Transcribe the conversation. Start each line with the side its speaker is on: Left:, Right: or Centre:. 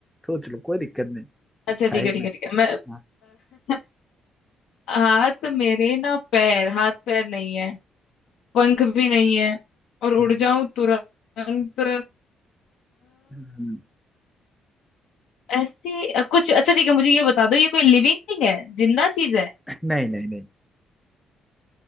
Centre: सोच लो कोई दिक्कत नहीं
Left: अच्छा ठीक
Centre: टाइम
Left: है ठीक
Centre: है
Left: है ठीक है मैं
Centre: हाँ,
Left: <laughs> हाथ मेरे ना पैर हाथ पैर नहीं है पंख भी नहीं है और उड़
Centre: हम्म,
Left: जाऊं तुरंत
Centre: हम्म, हम्म।
Left: ऐसी अ, कुछ अच्छा ठीक है मुझे ये बता दो ये कोई लिविंग थिंग है जिंदा चीज है
Centre: नहीं नहीं नहीं